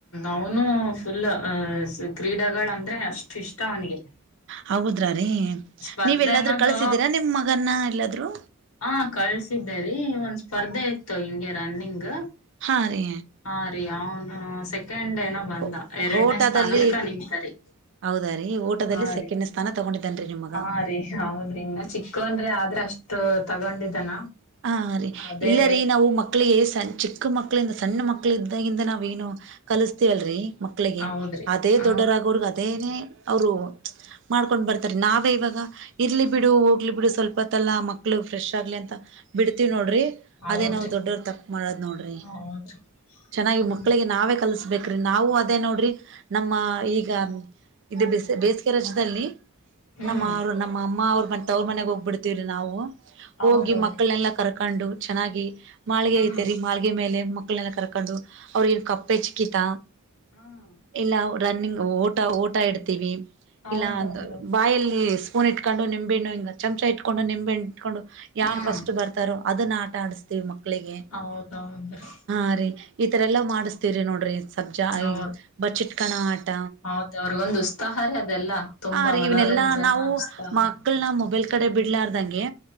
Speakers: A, on the left (about 70°); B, on the right (about 55°).
A: ಅವನು ಫುಲ್ ಅ ಸ್ ಕ್ರೀಡಗಳ ಅಂದ್ರೆ ಅಷ್ಟ ಇಷ್ಟ ಅವನಿಗೆ.
B: ಹೌದ್ರ ರೀ
A: ಸ್ಪರ್ಧೆ
B: ನೀವ ಎಲ್ಲಾದ್ರೂ
A: ಅನ್ನೋದು
B: ಕಳಸಿದ್ದೀರಾ? ನಿಮ್ ಮಗನ್ನ ಎಲ್ಲಾದ್ರೂ?
A: ಹ ಕಳ್ಸಿದ್ದೆ ರೀ ಒಂದ್ ಸ್ಪರ್ಧೆ ಇತ್ತು ಹಿಂಗೆ ರನ್ನಿಂಗ್.
B: ಹಾರಿ
A: ಸರಿ ಅವನು ಸೆಕೆಂಡ್ ಕಂಡ್ ಏನೋ ಬಂದ
B: ಓ
A: ಎರಡನೇ
B: ಓಟದಲ್ಲಿ
A: ಸ್ಥಾನಕ್ಕ ನಿಂತ ರಿ
B: ಹೌದ ರೀ ಓಟದಲ್ಲಿ
A: ಹಾ
B: ಸೆಕೆಂಡ್
A: ರೀ
B: ಸ್ಥಾನ ತಗೊಂಡಿದ್ದೇನ್ರಿ ನಿಮ್ ಮಗ
A: ಹಾ ರೀ ಹೌದ್ರಿ ಇನ್ನು ಚಿಕ್ಕೊನ್ ರಿ ಆದ್ರೆ ಅಷ್ಟು ತಗೊಂಡಿದ್ದಾನ.
B: ಹ ರಿ
A: ಅದೇ
B: ಇಲ್ಲ ರೀ ನಾವು ಮಕ್ಳಿಗೆ ಸನ್ ಚಿಕ್ಕ ಚಿಕ್ಕ ಮಕ್ಕಳಿಂದ ಸಣ್ಣ ಮಕ್ಕಳ ಇದಾಗಿಂದ ನಾವ ಏನು ಕಲಿಸತೀವಲ್ರರಿ ಮಕ್ಕಳಿಗೆ
A: ಹೌದ್ರಿ
B: ಅದೇ
A: ಹ
B: ದೊಡ್ಡವರಾಗೋವರ್ಗು ಅದೇನೇ ಅವರು ಮಾಡ್ಕೊಂಡ್ ಬರ್ತಾರೆ ನಾವೇ ಇವಾಗ ಇರ್ಲಿ ಬಿಡು ಹೋಗ್ಲಿ ಬಿಡು ಸ್ವಲ್ಪತ್ತಲಾ ಮಕ್ಕಳು ಫ್ರೆಶ್ ಆಗ್ಲಿ ಅಂತ. ಬಿಡ್ತೀವಿ ನೋಡ್ರಿ
A: ಹೌದ್ರಿ
B: ಅದೇ ನಾವ ದೊಡ್ಡವ್ರ ತಪ್ಪ ಮಾಡದ್ ನೋಡ್ರಿ
A: ಹೌದ್ರಿ
B: ಚೆನ್ನಾಗಿ
A: ಹ್ಮ್
B: ಮಕ್ಕಳಿಗೆ ನಾವೇ ಕಲ್ಸ ಬ್ರಿ ನಾವು ಅದೇ ನೋಡ್ರಿ ನಮ್ಮ ಈಗ ಇದ ಬೇಸಿಗೆ ರಜದಲ್ಲಿ
A: ಹ್ಮ್
B: ನಮ್ಮ ಅವರು ನಮ್ಮ ಅಮ್ಮ ಅವರು ಮ ಅವ್ರ ಮನೆ ಹೋಗ್ಬಿ- ನಾವು
A: ಹೌದೌದ್ರಿ
B: ಹೋಗಿ ಮಕ್ಕಳು. ಕರ್ಕೊಂಡು ಚೆನ್ನಾಗಿ. ಮಾಳಿಗೆ
A: ಹ್ಮ್
B: ಐತೆರಿ ಮಾಳಗೆ ಮೇಲೆ ಮಕ್ಕಳನ್ನಲ್ಲ ಕರ್ಕೊಂಡು. ಕೊಂಡು ಅವ್ರಗ ಏನ್ ಕಪ್ಪ ಜಿಗಿತ
A: ಹ್ಮ್
B: ಇಲ್ಲ ರನ್ನಿಂಗ್ ಓಟ ಓಟ ಇಡ್ತೀವಿ.
A: ಹೌದೌದು
B: ಇಲ್ಲ ಅ ಬಾಯಲ್ಲಿ. ಹೂನ ಇಟ್ಕೊಂಡು ನಿಂಬೆಣು ಹಿಂಗ ಚಮಚ ಇಟ್ಕೊಂಡು ನಿಂಬೆಣು. ಇಕೊಂಡು ಯಾರಾ
A: ಹ್ಮ್
B: ಫಸ್ಟ್. ಅದನ್ನ ಆಟ ಆಡಿಸ್ತೀವಿ ಮಕ್ಕಳಿಗೆ. ಮಕ್ಕಳಿಗೆ
A: ಹೌದೌದ್ರಿ
B: ಹ ರೀ. ಈ ತರ ಎಲ್ಲ ಮಾಡುಸ್ತಿವಿ ನೋಡ್ರಿ. ಸಬ್ಜಾ
A: ಹೌದು
B: ಬಚ್ಚಿಟ್ಕಣ ಆಟ
A: ಹೌದ ಅವ್ರಗೊಂದು ಉತ್ಸಾಹ ರೇ ಅದೆಲ್ಲ ತುಂಬಾ
B: ಆ ರೀ
A: ಮನೋರಂಜನಾ
B: ಇವನೆಲ್ಲಾ ನಾವು
A: ಉತ್ಸಾಹ.
B: ಮಕ್ಕಳನ ಮೊಬೈಲ್ ಕಡೆ ಬಿಡ್ಲಾರ್ದಂಗೆ.